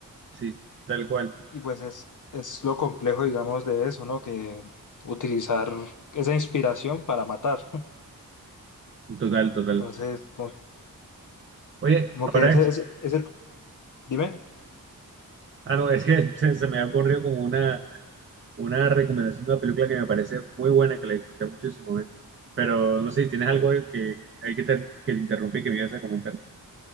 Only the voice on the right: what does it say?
sí, tal cual.
Total, total.
Oye,
ahora
Ah, no, es que <laughs> se se me ha ocurrido como una, una recomendación de una película que me parece muy buena, que la disfruté mucho en su momento. Pero no sé si tienes algo
que hay que te, que te interrumpí que me ibas a comentar.